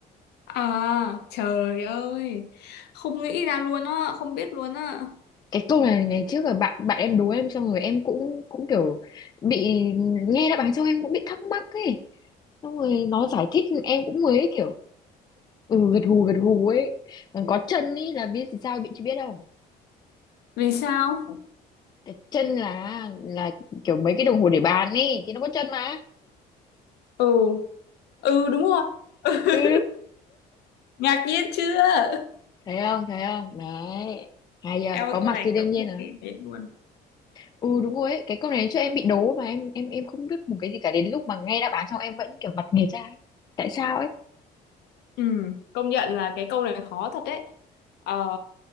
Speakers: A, on the left; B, on the left.
A: à trời ơi không nghĩ ra luôn á không biết luôn á
B: Cái câu này ngày trước là bạn bạn em đố em xong rồi em cũng cũng kiểu bị nghe đáp án xong em cũng bị thắc mắc ấy. Xong rồi nó giải thích em cũng mới kiểu ừ gật gù gật gù ấy. Còn có chân ấy là biết sao bị chị biết không?
A: vì sao
B: Cái chân là là kiểu mấy cái đồng hồ để bàn ấy thì nó có chân mà.
A: ừ ừ đúng rồi <laughs>
B: Ừ.
A: ngạc nhiên chưa
B: thấy không thấy không đấy hay giờ
A: em ơi
B: có
A: câu
B: mặt
A: này
B: thì đương
A: kiểu
B: nhiên
A: không
B: rồi
A: nghĩ đến luôn
B: ừ đúng rồi ấy. cái câu này cho em bị đố mà em em em không biết một cái gì cả đến lúc mà nghe đáp án xong em vẫn kiểu mặt nghệt ra ấy. tại sao ấy
A: ừ công nhận là cái câu này khó thật đấy ờ